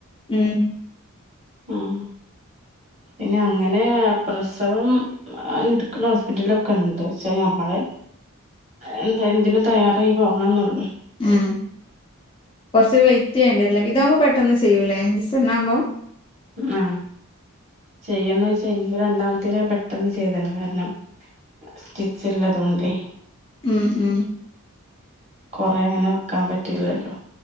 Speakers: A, on the left; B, on the right.
A: ഉം.
B: ഉം പിന്നെ അങ്ങനെ പ്രസവം അഹ് ഇട്ക്കണ ഹോസ്പിറ്റലൊക്കെണ്ട് പക്ഷെ നമ്മളെ. എന്താ എന്തിനു തയ്യാറായി പോവണംന്നൊള്ളു.
A: ഉം കൊർച്ച് വെയ്റ്റ് ചെയ്യേണ്ടരില്ല ഇതാവുമ്പോ പെട്ടന്ന് ചെയ്യൂലേ <unintelligible> ആകുമ്പോ
B: ആഹ് ചെയ്യന്ന് വെച്ചാൽ എനിക്ക് രണ്ടാമത്തെല് പെട്ടന്ന് ചെയ്ത്ണ് കാര്ണം സ്റ്റിച്ച് ഇല്ലതാേണ്ടേ
A: ഉം ഉം
B: കൊറെ ഇങ്ങനെ വെക്കാം പറ്റില്ലല്ലോ